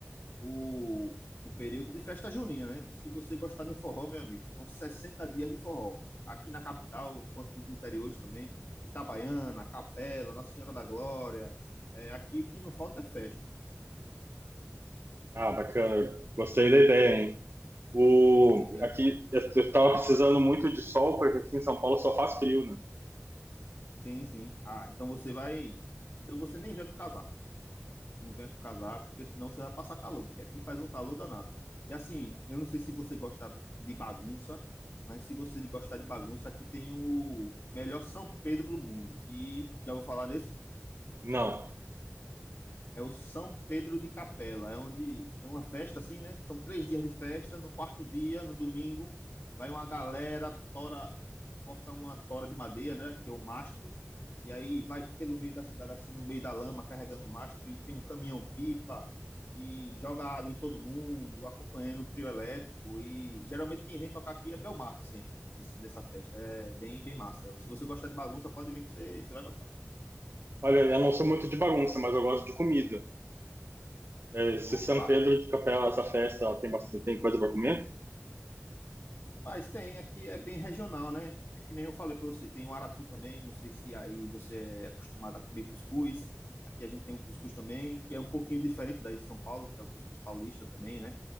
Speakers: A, on the left; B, on the right.
A: o, o período de festa junina, né? Se você gostar de um forró, meu amigo, são 60 dias de forró. Aqui na capital, quanto nos interiores também, Itabaiana, Capela, Nossa Senhora da Glória. É, aqui o que não falta é festa.
B: Ah, bacana. Gostei da ideia, hein? O,
A: Sim, sim,
B: aqui, eu tava precisando muito de sol, porque aqui em São Paulo só faz frio, né?
A: sim, sim. Ah, então você vai. Então você nem vem com casaco. não venha com casaco, porque senão você vai passar calor, porque aqui faz um calor danado. E assim, eu não sei se você gosta de bagunça, mas se você gostar de bagunça, aqui tem o melhor São Pedro do mundo, que já vou falar nesse?
B: Não.
A: É o São Pedro de Capela, é onde é uma festa assim, né? São três dias de festa. No quarto dia, no domingo, vai uma galera, tora, corta uma tora de madeira, né? Que é o mastro. E aí vai pelo meio da cidade, assim, no meio da lama, carregando o mastro. E tem um caminhão-pipa e joga água em todo mundo, acompanhando o trio elétrico. E geralmente quem vem tocar aqui é Belmarque sempre, esse- dessa festa. É bem, bem massa. Se você gostar de bagunça, pode vir que você, você vai gostar.
B: Olha, eu não sou muito de bagunça, mas eu gosto de comida. É, se
A: Opa!
B: São Pedro de Capela, essa festa, ela tem bastante tem coisa para comer?
A: Rapaz, tem, aqui é bem regional, né? É que nem eu falei para você, tem o aratu também, não sei se aí você é acostumado a comer cuscuz. Aqui a gente tem o cuscuz também, que é um pouquinho diferente daí de São Paulo, que é o cuscuz paulista também, né?